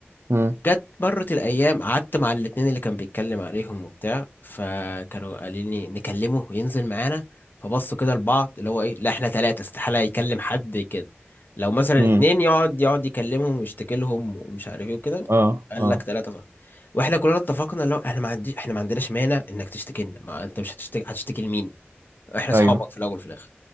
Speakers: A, on the right (about 70°); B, on the left (about 50°).
A: امم
B: جت مرت الأيام قعدت مع الاتنين اللي كان بيتكلم عليهم وبتاع فكانوا قالين لي نكلمه وينزل معانا فبصوا كده لبعض اللي هو إيه لا إحنا تلاتة استحالة يكلم حد كده لو مثلا
A: امم
B: اتنين يقعد يقعد يكلمهم ويشتكي لهم ومش عارف إيه وكده
A: اه
B: قال
A: اه
B: لك تلاتة صح واحنا كلنا اتفقنا لو احنا ما عندي احنا ما عندناش مانع انك تشتكي لنا ما انت مش هتشتكي هتشتكي لمين احنا اصحابك
A: ايوه
B: في الاول وفي الاخر